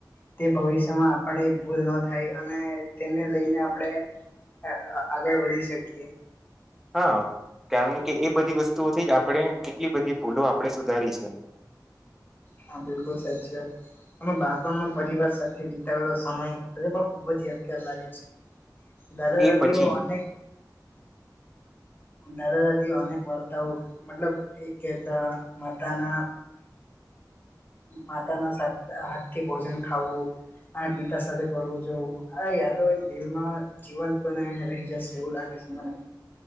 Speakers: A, on the left; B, in the centre.
A: તે ભવિષ્યમાં આપણે ભૂલ ન થાય અને તેને લઈને આપણે- આ આગળ વધી શકીએ.
B: હા કારણ કે એ બધી વસ્તુઓથી જ આપણે એટલી બધી ભૂલો આપણેે સુધારી છે
A: હા બિલકુલ સાચચી વાત અમે બાળપણમાં પરિવાર સાથે વિતાવેલો સમય હ પણ ખુબ જ યાદ લાગે છે દાા દાદીઓ
B: એ પછી
A: અનેક દાદા દાદી અ અનેક વાર્તાઓ મતલબ એક મતાના માતાના હાથથી ભોજન ખાવું અને પિતા સાથે ફરવું જવું આ યાદો દિલમાં જીવંત બનાવીને રહી જશે એવું લાગે છે મન